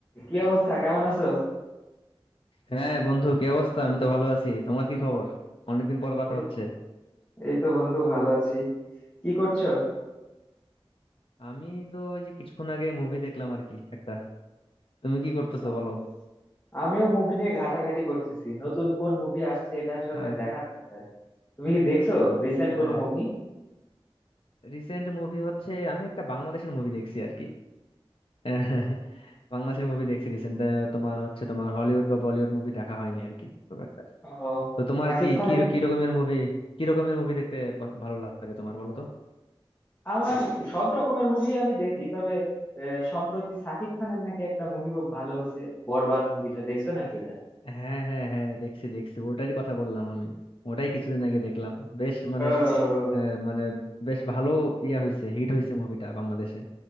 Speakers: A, on the left; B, on the left.
A: কি অবস্থা কেমন আছো
B: হ্যাঁ বন্ধু কি অবস্থা আমি তো ভালো আছি তোমার কি খবর অনেকদিন পর কথা
A: এই
B: হচ্ছে
A: এই তো বন্ধু ভালো আছি কি করছো
B: আমি তো ওই যে কিছুক্ষণ আগে মুভি দেখলাম আর কি একটা তুমি কি করতেছো
A: ও,
B: বলো
A: আমিও মুভি নিয়ে ঘাটাঘাটি করতেছি নতুন কোন মুভি আসছে এটা আসলে
B: আহ,
A: দেখার দরকার তুমি কি দেখছো রিসেন্ট
B: আহ,
A: কোনো মুভি
B: রিসেন্ট মুভি হচ্ছে আমি একটা বাংলাদেশের মুভি দেখছি আর কি আহ, <laughs> বাংলাদেশের মুভি দেখছি রিসেন্ট তোমার হচ্ছে তোমার হলিউড বা বলিউড মুভি দেখা হয়নি আর কি খুব একটা
A: ও
B: তো তোমার
A: সাকিব
B: কি
A: খানের
B: কি কি রকমের মুভি কি রকমের মুভি দেখতে প- ভালো লাগে তোমার বলো তো
A: আমার সব রকমের মুভি আমি দেখি তবে আহ, সম্প্রতি সাকিব খানের নাকি একটা মুভি খুব ভালো হয়েছে বরবাদ মুভিটা দেখছো নাকি ওটা
B: হ্যাঁ হ্যাঁ হ্যাঁ দেখছি দেখছি ওটারই কথা বললাম আমি ওটাই কিছুদিন আগে দেখলাম বেশ মানে
A: ও,
B: আহ, মানে বেশ ভালো ইয়া হয়েছে হিট হয়েছে মুভিটা বাংলাদেশে